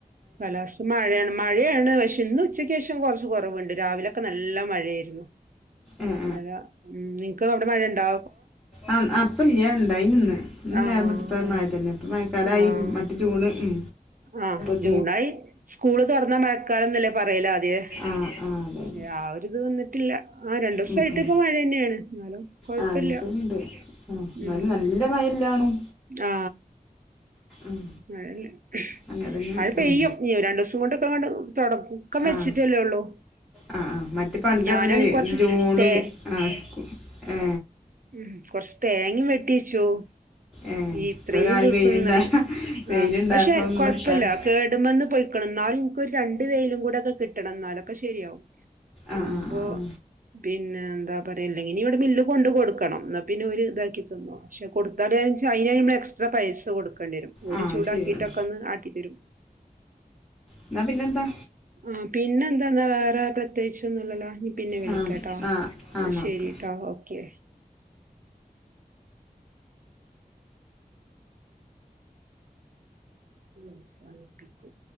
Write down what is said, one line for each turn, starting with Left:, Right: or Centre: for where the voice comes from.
Right: കലസ്ഥ മഴയാണ് മഴയാണ് പക്ഷെ ഇന്ന് ഉച്ചയ്ക്ക് ശേഷം കുറച്ച് കുറവുണ്ട് രാവിലൊക്കെ നല്ല മഴയായിരുന്നു
Centre: ആഹ്
Right: മഴ ഉം നിനക്ക് അവിടെ മഴ ഉണ്ടോ
Centre: ആ അപ്പം ഇല്ല ഉണ്ടായി ഇന്ന്
Right: ആഹ്
Centre: നേരം വെ ളുത്തപ്പാളെ മഴ തന്നെ ഇപ്പ മഴക്കാലമായി
Right: ആഹ്
Centre: മറ്റു ജൂണ് ഉ
Right: ആഹ്
Centre: ഇത
Right: ജൂണായി സ്കൂള് തുറന്ന മഴക്കാലംന്നല്ലേ പറയല ആദ്യ
Centre: ആഹ് ആഹ് അതെ
Right: പക്ഷെ
Centre: അതെ
Right: ആ ഒരുത് വന്നിട്ടില്ല ആ രണ്ടു ദിവസമായിട്ട്
Centre: ഉം ഉം
Right: ഇപ്പൊ മഴ തന്നെയാണ് എന്നാലും കൊഴപ്പില്ല
Centre: ആഹ് രണ്ടീസായിട്ടുണ്ട് ആഹ്
Right: ഉം
Centre: എന്നാലും നല്ല മഴയില്ലാണും
Right: ആ
Centre: ഉം
Right: മഴ അല്ലേ
Centre: അങ്ങനെ തന്നെ
Right: മഴ പെയ്യും
Centre: ഉം
Right: നീ രണ്ടു ദിവസം കൊണ്ടൊക്കെങ്ങണ്ട് തുടക്കം വെച്ചിട്ടല്ലേള്ളൂ
Centre: ആഹ് ആ ആ മറ്റേ പണ്ട്
Right: ഞാനാണീ
Centre: പറഞ്ഞില്ലേ
Right: കൊറച്ച്
Centre: ജൂണില്
Right: തേ
Centre: ആ സ്കൂ ഏ
Right: ഉം കൊറച്ച് തേങ്ങ വെ വെട്ടിച്ചു
Centre: ഏ
Right: ഇത്രയും
Centre: ഇത്ര കാലം
Right: ദിവസം
Centre: വെയിലുണ്ടാ
Right: നിന്നാണ്ട്
Centre: വെയിലുണ്ടായപ്പം
Right: ആ പക്ഷെ
Centre: ഒന്നും
Right: കുഴപ്പില്ല
Centre: വെട്ടാതെ
Right: കേടുമ്ന്ന് പോയ്ക്ക്ണ് ഇന്നാലും ക്ക് ഒരു ര വെയിലും കൂടെ ഒക്കെ കിട്ടണം ഇന്നാലും ക്കെ ശരിയാവും
Centre: ആ ആ ആ
Right: ഇപ്പോ പി പിന്നെ എന്താ പറയയാ ഇല്ലെങ്കിനി ഇവിടെ മില്ല് കൊണ്ട് കൊടുക്കും കൊടുക്കണം എന്നാൽ പിന്നെ ഒരു ഇതാക്കി തന്നോ പക്ഷെ കൊടുത്താൽച്ചാ അയ്ന് എക്സ്ട്രാ പൈസ കൊടുക്കും ണ്ടിരും ഓല്
Centre: ആ ആ അത്
Right: ചൂടാക്കിട്ടൊക്കെ
Centre: ശരിയാണ്
Right: ഒന്ന് ആട്ടിത്തരും
Centre: എന്നാ പിന്നെന്താ
Right: ആ പിന്നെന്താന്നാ വേറെ പ്രത്യേകിച്ച ഒന്നുംല്ലല്ലോ പിന്നെ വിളിക്കാട്ടോ
Centre: ആ ആ ആ എന്നാ
Right: ശരിട്ടോ
Centre: ഓക്കെ
Right: ഓക്കെ പ്രോത്സാഹിപ്പിക്കും